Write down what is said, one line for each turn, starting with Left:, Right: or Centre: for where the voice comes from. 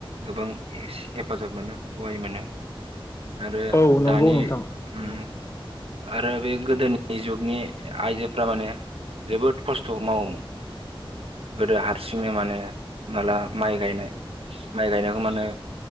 Right: गोबां एस हेफाजाब मोनो सहाय मोनो आरो
Left: औ नंगौ
Right: दानि
Left: नोंथां औ
Right: उम आरो बे गोदोनि जुगनि आइजोफ्रा माने जोबोद खस्थ' मावोमोन गोदो हारसिङै माने माला माइ गायनाय माइ गायनायखौ मानो